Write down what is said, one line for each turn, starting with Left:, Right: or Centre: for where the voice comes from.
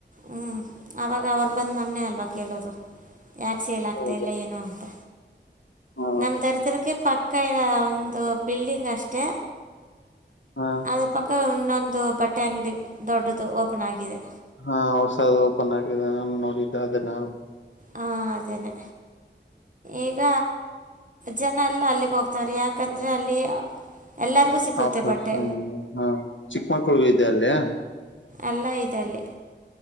Right: ಹ್ಞೂ ಆವಾಗ ಅವ್ರು ಬಂದು ನಮ್ಮೇ ಅಲ್ವಾ ಕೇಳೋದು ಯಾಕೆ ಸೇಲ್ ಆಗ್ತಾ
Left: ಹೌದು
Right: ಇಲ್ಲ ಏನು ಅಂತ
Left: ಹಾ
Right: ನಮ್ ದರಿದ್ರಕ್ಕೆ ಪಕ್ಕ ಇರ ಒಂದು ಬಿಲ್ಡಿಂಗ್ ಅಷ್ಟೆ
Left: ಹಾ
Right: ಅದ್ರ ಪಕ್ಕ ಇನ್ನೊಂದು ಬಟ್ಟೆ ಅಂಗಡಿ ದೊಡ್ಡದು ಓಪನ್ ಆಗಿದೆ
Left: ಹಾ ಹೊಸಾದ್ ಓಪನ್ ಆಗಿದೆ ನ ನೋಡಿದ್ದ ಅದನ
Right: ಹ ಅದೇನೆ ಈಗ ಜನ ಎಲ್ಲ ಅಲ್ಲಿಗೆ ಹೋಗ್ತಾರೆ ಯಾಕಂದ್ರೆ ಅಲ್ಲಿ ಎಲ್ಲರಿಗೂ ಸಿಕ್ಕುತ್ತೆ
Left: ಆಫ ಹ್ಮ್
Right: ಬಟ್ಟೆ
Left: <unintelligible> ಹಾ ಚಿಕ್ಕಮಕ್ಕಳಗೂ ಇದದೆ ಅಲ್ಲಿಯ
Right: ಎಲ್ಲಾ ಇದದೆಲ್ಲಿ